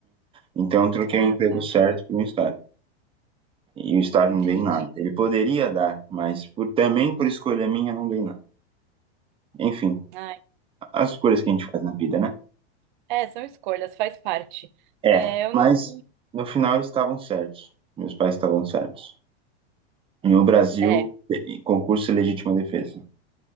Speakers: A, on the right; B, on the right.
A: Então eu troquei
B: Ah,
A: o emprego
B: tá.
A: certo por um estágio. E o estágio
B: Entendi.
A: não dei nada. Ele poderia dar, mas por, também por escolha minha não dei nada. Enfim,
B: Ai,
A: as escolhas que a gente faz na vida, né?
B: é, são escolhas, faz parte.
A: É,
B: É, eu
A: mas
B: não.
A: no final eles estavam certos. Meus pais estavam certos. No Brasil,
B: é,
A: em concurso e legítima defesa.